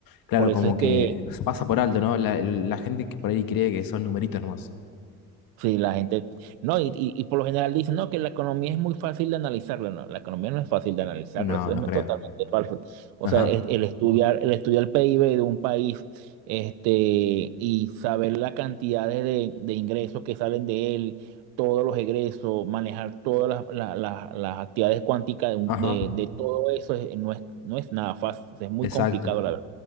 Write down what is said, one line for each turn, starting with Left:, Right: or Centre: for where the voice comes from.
Left: Claro,
Right: Por eso
Left: como
Right: es
Left: que
Right: que
Left: pasa por alto, ¿no? La, la gente que por ahí cree que son numeritos nomás.
Right: Sí, la gente, no, y, y- y por lo general dicen, no, que la economía es muy fácil de analizarla, no, la economía no es fácil de analizarla,
Left: No,
Right: eso
Left: no
Right: es
Left: creo.
Right: totalmente falso. O
Left: Ajá,
Right: sea, es- el estudiar, el estudiar el PIB de un país, este, y saber la cantidad de, de- de ingresos que salen de él, todos los egresos, manejar todas las, la- la- las actividades cuánticas de, un-
Left: ajá,
Right: de- de todo eso, es- no es, no es nada fácil, es muy
Left: exacto.
Right: complicado, la verdad.